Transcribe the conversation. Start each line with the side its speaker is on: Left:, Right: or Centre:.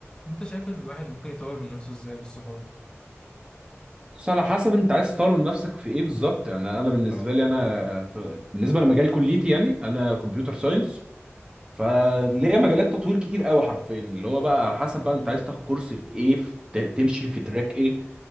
Left: وانت شايف الواحد ممكن يطور من نفسه ازاي بالصحاب
Right: بس على حسب انت عايز تطور من نفسك في ايه بالظبط يعني انا بالنسبه
Left: اه
Right: لي انا في... بالنسبه لمجال كليتي يعني انا كمبيوتر ساينس فليا مجالات تطوير كتير قوي حرفيا اللي هو بقى على حسب بقى
Left: امم
Right: انت عايز تاخد كورس في ايه في... ت- تمشي في تراك ايه